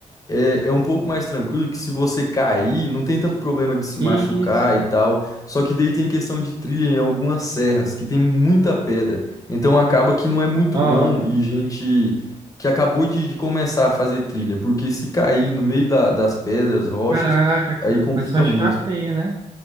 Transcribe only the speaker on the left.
É, é um pouco mais tranquilo que se você cair, não tem tanto problema de se machucar
e tal. Só que daí tem questão de trilha em algumas serras, que tem muita pedra. Então acaba que não é muito
bom e gente que acabou de, de começar a fazer trilha, porque se cair no meio da- das pedras, rochas,
aí
complica
muito.